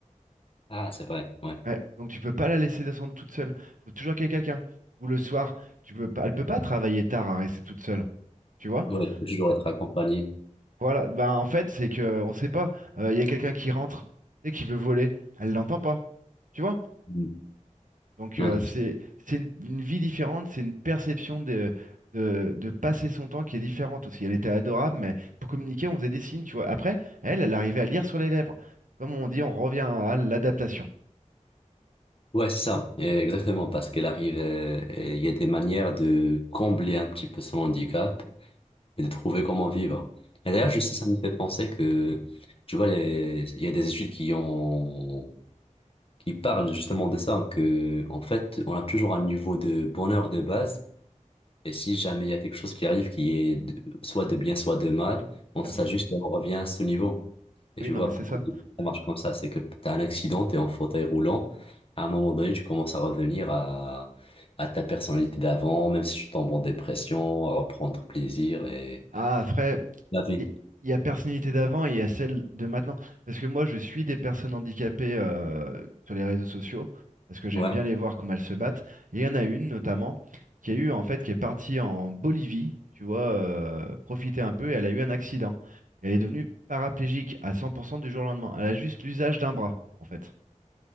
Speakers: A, on the left; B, on the right.
A: Ah, c'est vrai, ouais.
B: Ouais, donc tu peux pas la laisser descendre toute seule. Il faut toujours qu'il y ait quelqu'un. Ou le soir, tu peux pas, elle peut pas travailler tard à rester toute seule. Tu vois?
A: Ouais, il faut toujours
B: Euh,
A: être accompagné.
B: Voilà. Ben, en fait, c'est que on sait pas. Euh, Il y a quelqu'un qui rentre et qui veut voler. Elle l'entend pas. Tu vois?
A: Mm.
B: Donc
A: Non,
B: euh, c'est
A: c'est-
B: c'est une, une vie différente. C'est une perception de, de de passer son temps qui est différente aussi. Elle était adorable, mais pour communiquer, on faisait des signes. Tu vois? Après, elle, elle arrivait à lire sur les lèvres. Comme on dit, on revient à l'adaptation.
A: Ouais, c'est ça, Eh, exactement, parce qu'elle arrive, euh, et il y a des manières de combler un petit peu son handicap et de trouver comment vivre. Et d'ailleurs, je sais, ça me fait penser que, tu vois, les... il y a des études qui ont, qui parlent justement de ça, que, en fait, on a toujours un niveau de bonheur de base Et si jamais il y a quelque chose qui arrive qui est de- soit de bien, soit de mal, on
B: Tout
A: s'ajuste
B: à fait.
A: et on revient à ce niveau. Et
B: Oui,
A: tu
B: non,
A: vois,
B: mais c'est
A: pourquoi
B: ça.
A: ça marche comme ça, c'est que tu as un accident, tu es en fauteuil roulant, à un moment donné, tu commences à revenir à, à ta personnalité d'avant, même si tu tombes en dépression, à reprendre plaisir et
B: Ah, après,
A: la vie.
B: il y, y a personnalité d'avant et il y a celle de maintenant. Parce que moi, je suis des personnes handicapées euh, sur les réseaux sociaux, parce que j'aime
A: Ouais,
B: bien les voir comment elles se battent. Et il y en a une, notamment, qui a eu, en fait, qui est partie en Bolivie, tu vois, euh, profiter un peu, et elle a eu un accident. Et elle est devenue paraplégique à 100% du jour au lendemain. Elle a juste l'usage d'un bras, en fait.